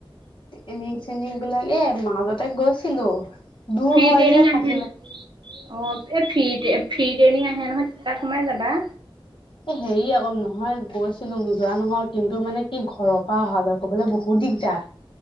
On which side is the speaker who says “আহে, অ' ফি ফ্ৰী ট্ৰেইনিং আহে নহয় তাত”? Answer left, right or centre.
Right